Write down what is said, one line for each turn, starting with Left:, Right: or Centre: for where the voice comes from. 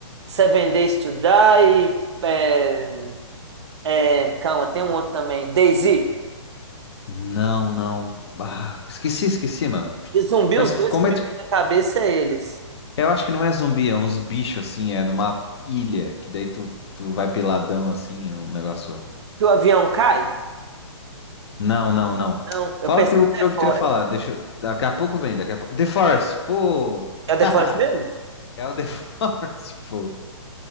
Right: Seven Days to Die. É, é, calma, tem um outro também. DayZ.
Left: Não, não. Ah, esqueci, esqueci, mano.
Right: De zumbi,
Left: Mas
Right: os dois
Left: como
Right: que me
Left: é
Right: vêm na cabeça é eles.
Left: Eu acho que não é zumbi, é uns bichos assim, é numa ilha, que daí tu, tu vai peladão assim, um negócio.
Right: Que o avião cai?
Left: Não, não, não.
Right: Não, eu
Left: Fala
Right: pensei
Left: que o
Right: no The
Left: jogo
Right: Forest.
Left: que tu ia falar, deixa. eu- Daqui a pouco vem, daqui a pouco. The Forest, pô! <laughs>
Right: É o The Forest mesmo?
Left: É o The Forest, pô.